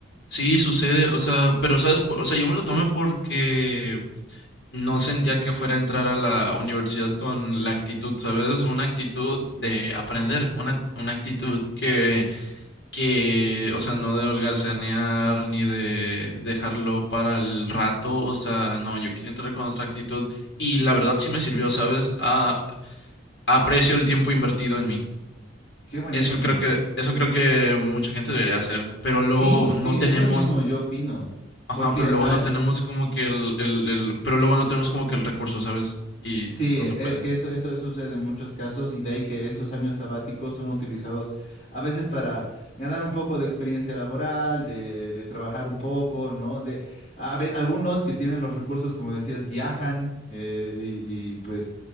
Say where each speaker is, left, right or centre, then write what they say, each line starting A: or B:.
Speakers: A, on the left; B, on the left.
A: sí sucede, o sea, pero sabes, Po- o sea, yo me lo tomé porque no sentía que fuera a entrar a la universidad con la actitud, ¿sabes? Una actitud de aprender, una, una actitud que que, o sea, no de holgarzanear ni de dejarlo para el rato, o sea, no, yo quería entrar con otra actitud y la verdad sí me sirvió, ¿sabes? A, aprecio el tiempo invertido en mí.
B: Qué buenísimo.
A: Eso creo que, eso creo que mucha gente debería hacer, pero
B: Sí,
A: luego
B: sí,
A: no tenemos,
B: eso mismo yo opino.
A: ajá,
B: Porque
A: pero luego
B: a,
A: no tenemos como que el, el, el pero luego no tenemos como que el recurso, ¿sabes? Y
B: Sí,
A: no
B: e,
A: se puede.
B: es que eso, eso sucede en muchos casos y de ahí que esos años sabáticos son utilizados a veces para ganar un poco de experiencia laboral, de, de trabajar un poco, ¿no? De, a ve- algunos que tienen los recursos, como decías, viajan eh, y, y, pues